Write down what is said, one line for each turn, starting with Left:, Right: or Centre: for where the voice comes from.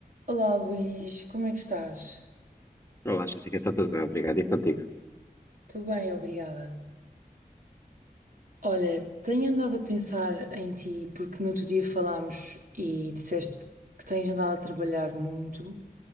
Right: Olá Luís, como é que estás?
Left: Olá, Jéssica, está tudo bem, obrigado. E contigo?
Right: Estou bem, obrigada. Olha, tenho andado a pensar em ti porque no outro dia falámos e disseste que tens andado a trabalhar muito